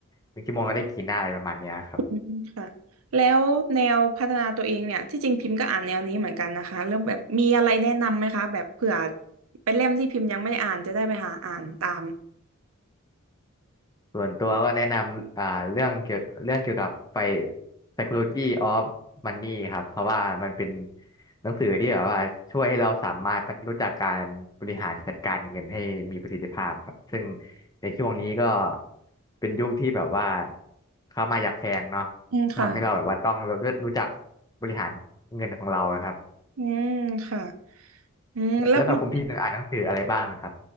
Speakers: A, on the left; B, on the right.
A: หนึ่งชั่วโมงก็ได้กี่หน้าอะไรประมาณเนี้ยครับ
B: อืมค่ะแล้วแนวพัฒนาตัวเองเนี่ยที่จริงพิมพ์ก็อ่านแนวนี้เหมือนกันนะคะแล้วแบบมีอะไรแนะนำไหมคะแบบเผื่อเป็นเล่มที่พิมพ์ยังไม่ได้อ่านจะได้ไปหาอ่านตาม
A: ส่วนตัวก็แนะนำอ่าเรื่องเกี่ยวเรื่องเกี่ยวกับไฟ Psychology of Money ครับเพราะว่ามันเป็นหนังสือที่แบบว่าช่วยให้เราสามารถรู้จักการบริหารจัดการเงินให้มีประสิทธิภาพครับซึ่งในช่วงนี้ก็เป็นยุคที่แบบว่าค่ามาอยากแพงเนาะ
B: อืมค่ะ
A: ทำให้เราแบบว่าต้องรู้รู้จักบริหารเงินของเราครับ
B: อืมค่ะอืมแล้วมัน
A: แล้วแบบคุณพี่อ่านหนังสืออะไรบ้างครับ